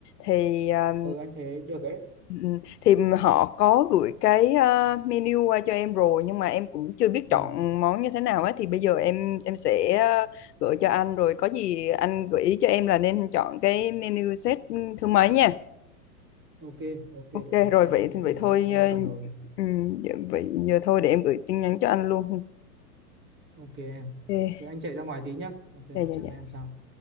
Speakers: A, on the left (about 75°); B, on the right (about 25°).
A: thì ờ,
B: Ừ, anh thấy được đấy
A: Ừ, thì họ có gửi cái ờ, menu qua cho em rồi nhưng mà em cũng chưa biết
B: ừ
A: chọn món như thế nào á thì bây giờ em em sẽ ờ, gửi cho anh rồi có gì anh gợi ý cho em là nên chọn cái menu set thứ mấy nha
B: ok ok để
A: ok
B: anh
A: rồi
B: xem
A: vậy
B: xong có gì
A: vậy
B: anh
A: thôi
B: anh
A: ờ,
B: phản hồi
A: ừm, dạ, vậy giờ thôi để em gửi tin nhắn cho anh luôn
B: ok em
A: ok
B: vậy anh chạy ra ngoài tí nhá ok nói
A: dạ dạ
B: chuyện
A: dạ
B: với em sau